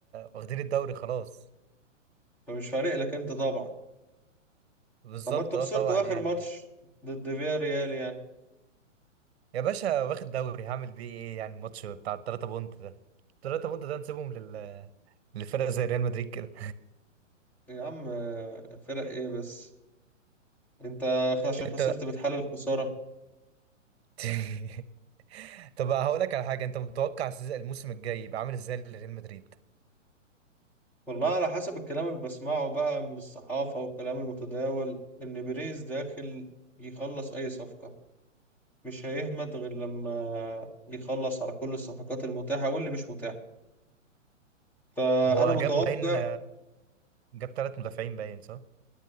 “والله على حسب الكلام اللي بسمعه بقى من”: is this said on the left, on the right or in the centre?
Centre